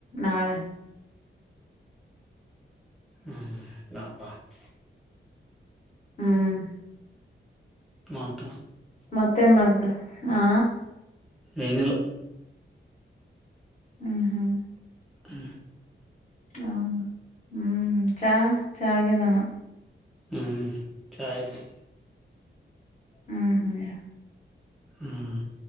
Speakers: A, on the left; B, in the centre.
A: ನಾಳೆ.
B: ಹ್ಮ್. <unintelligible>
A: ಹ್ಮ್.
B: ಮತ.
A: ಮತ್ತೆನ್ ಮಾಡದು ಹಾ.
B: ಎನಿಲ್ಲ.
A: ಹ್ಮ್ ಹ್ಮ್
B: ಹ
A: ಹೌದ ಹ್ಮ್ ಚಾ ಚಹ ಆಗದಾನ.
B: ಹ್ಮ್ ಚಾ ಆಯ್ತು.
A: ಹ್ಮ್ ಹ್ಮ್
B: ಹ್ಮ್